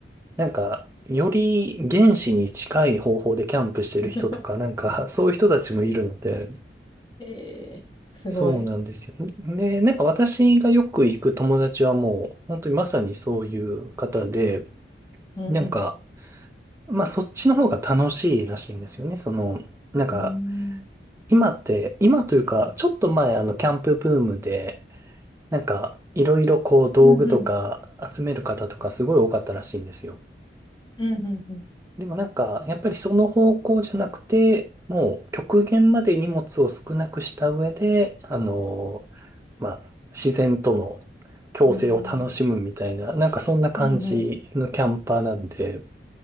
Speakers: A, on the right; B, on the left.
A: なんか、より原始に近い方法でキャンプしてる人とか、
B: <laughs>
A: なんか、そういう人たちもいるので、
B: ええ、すごい。
A: そうなんですよ。で、なんか私がよく行く友達はもう、本当にまさにそういう方で、
B: うんうん。
A: なんか、まあ、そっちの方が楽しいらしいんですよね。その、なんか、
B: うーん。
A: 今って、今というか、ちょっと前、あの、キャンプブームで、なんか、いろいろこう、道具とか集める方とかすごい多かったらしいんですよ。
B: うんうん。うんうんう
A: でもなんか、やっぱりその方向じゃなくて、もう極限まで荷物を少なくした上で、あの、まあ、自然との共生を楽しむみたいな、
B: ん。へえ。
A: なんかそんな感じのキャンパーなんで、
B: うんうんうんうん